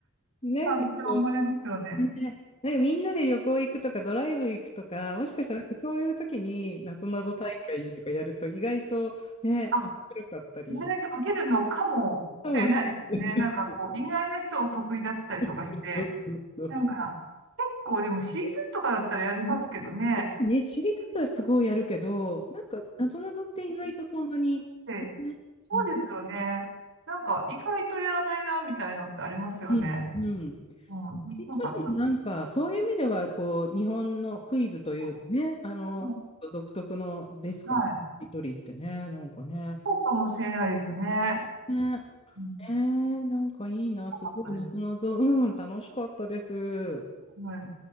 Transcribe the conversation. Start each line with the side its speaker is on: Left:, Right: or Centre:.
Left: なんかこ
Right: 感じが生まれますよね。
Left: う、ね、なんかみんなで旅行行くとかドライブ行くとか、もしかしたらなんかそういう時になぞなぞ大会とかやると意外とね、
Right: あ、
Left: 面白かったり、
Right: 意外と受けるのかもしれないですね。
Left: かもしれない。
Right: なんかこう、意外な人が得意だったりとかして、
Left: <laughs> そうそうそう。
Right: なんか、結構でも C2 とかだったらやりますけどね。
Left: ね、しりとりはすごいやるけど、なんかなぞなぞって意外とそんなに、
Right: ええそうですよね。
Left: ね、うん、
Right: なんか意外とやらないな、みたいのってありますよね。
Left: うん、うん。し
Right: うん。
Left: りとりもなんか、
Right: なんかちょっ
Left: そういう意味では、こう、日本のクイズというかね、
Right: と、
Left: あの、
Right: うん
Left: 独特のですかね。
Right: はい。
Left: しりとりってね、なんかね。
Right: そうかもしれないですね。
Left: ね、
Right: うん。
Left: えー、なんかいいな、
Right: なかったです。
Left: すごいな、謎、うん、楽しかったです。
Right: はい。